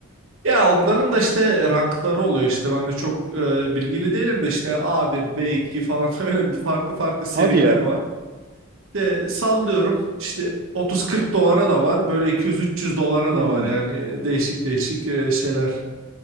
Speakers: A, on the right; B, on the right.
A: Ya onların da işte rankları oluyor işte ben de çok e, bilgili değilim de işte a bir b iki falan <laughs> öyle bir farklı farklı seviyeleri
B: Hadi ya.
A: var. De sallıyorum işte 30-40 dolara da var böyle 200-300 dolara
B: Hmm.
A: da var yani e, değişik değişik e, şeyler.